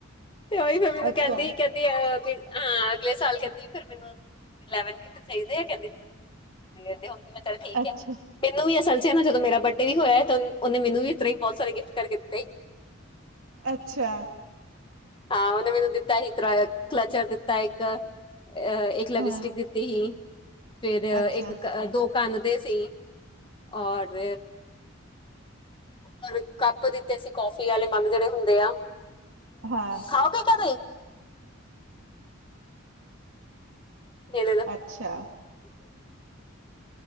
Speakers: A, on the left; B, on the right.
A: ਤੇ ਉਹੀ ਮ ਮੈਨੂੰ
B: ਅੱਛਾ
A: ਕਹਿੰਦੀ ਕ ਹਾਂ ਅਗਲੇ ਸਾਲ ਕਹਿੰਦੀ ਫਿਰ ਮੈਨੂੰ ਇਵ ਗਿਟ ਚਾਹੀਦੇ ਆ ਕਹਿੰਦੇਦੇ ਹੋਗੇ ਮੈਂ ਚੱਲ ਠੀਕ
B: ਅੱਛਾ
A: ਆ ਮੈਨੂੰ ਵੀ ਅਸਲ ਚ ਹੈ ਨਾ ਜਦ ਮੇਰਾ ਬਡੇ ਵੀ ਹੋਇਆ ਤਾਂ ਉਹਨੇ ਮੈਨੂੰ ਵੀ ਇਸ ਤਰ ਹੀ ਬਹੁਤ ਸਾਰੇ ਗਿਫਟ ਕਰ ਦਿੱਤਾ ਸੀ
B: ਅੱਛਾ
A: ਹਾਂ ਉਹਹਨੇ ਮੈਨੂੰ ਦਿੱਤਾ ਸੀ ਤ ਕਲਚਰ ਦਿੱਤਾ ਇੱਕ ਅ ਇੱਕ ਲਿਬਸਟਿਕ
B: ਹਾਂ,
A: ਦਿੱਤੀ ਸੀ ਫਿਰ
B: ਅੱਛਾ
A: ਇੱਕ ਦੋ ਕੰਦੇ ਸੀ ਔਰ ਹੋਰ ਕੱਪ ਦਿੱਤੇ ਸੀ ਕਫੀ ਆੇ ਮਮ ਜਿਹੜੇ ਹੁੰਦੇ ਆਲ
B: ਹਾਂ
A: ਖਾਓਗੇ ਕ ਤੁ ਨ
B: ਅੱਛਾ